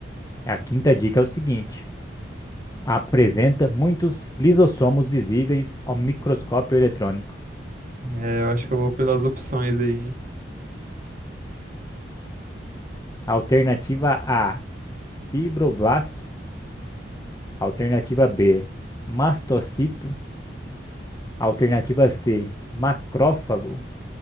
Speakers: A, on the left; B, on the right.
A: A quinta dica é o seguinte: apresenta muitos lisossomos visíveis ao microscópio eletrônico.
B: É, eu acho que eu vou pelas opções aí, hein.
A: Alternativa A, fibroblasto. Alternativa B, mastocito. Alternativa C, macrófago.